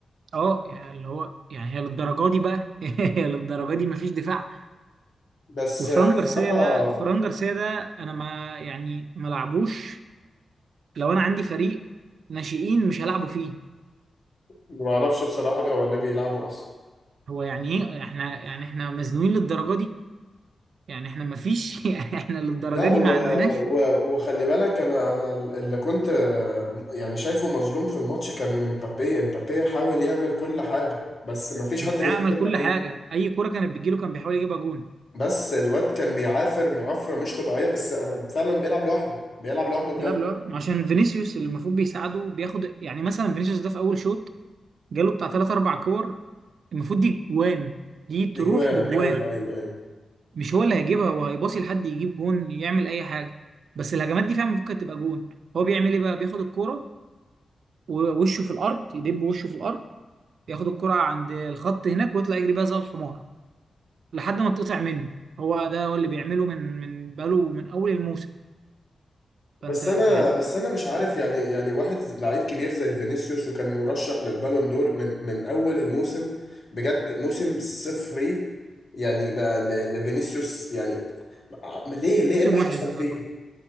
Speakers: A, on the right; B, on the left.
A: اه يعني اللي هو يعني هي للدرجه دي بقى <laughs> هي للدرجه دي مفيش دفاع
B: بس
A: وفران
B: آه،
A: جارسيا
B: بصراحة
A: ده فران جارسيا ده انا ما يعني ما لعبوش لو انا عندي فريق ناشئين مش هلعبه فيه
B: ما أعرفش بصراحة لو هو اللي بيلعبوا أصلا
A: هو يعني ايه احنا يعني احنا مزنوقين للدرجه دي يعني احنا ما فيش <laughs> يعني احنا للدرجه
B: لا و...
A: دي ما عندناش
B: و... وخلي بالك أنا أنا اللي كنت آه، يعني شايفه مظلوم في الماتش كان امبابي امبابي حاول يعمل كل حاجة بس ما فيش
A: دفاع
B: حد بيخدم
A: عمل كل
B: عليه
A: حاجه اي كره كانت بتجيله كان بيحاول يجيبها جون
B: بس الواد كان بيعافر معافرة مش طبيعية بس أنا فعلا بيلعب لوحده بيلعب لوحده بجد
A: تلعب له عشان فينيسيوس اللي المفروض بيساعده بياخد يعني مثلا فينيسيوس ده في اول شوط جاله بتاع ثلاث اربع كور المفروض دي جوان دي تروح
B: أجوان
A: بجوان
B: أيوه أيوه أيوه
A: مش هو اللي هيجيبها هو هيباصي لحد يجيب جون يعمل اي حاجه بس الهجمات دي فعلا المفروض كانت تبقى جون هو بيعمل ايه بقى بياخد الكوره ووشه في الارض يدب وشه في الارض ياخد الكرة عند الخط هناك ويطلع يجري بيها زي الحمار لحد ما تقطع منه هو ده هو اللي بيعمله من من بقاله من اول الموسم فانت
B: بس انا
A: يعني
B: بس انا مش عارف يعني يعني واحد لعيب كبير زي فينيسيوس وكان مرشح للبالون دور من من اول الموسم بجد موسم صفري يعني ما ل- لفينيسيوس يعني ما- ليه ليه
A: موسم
B: ايه اللي حصل
A: وحش بصراحه
B: فيه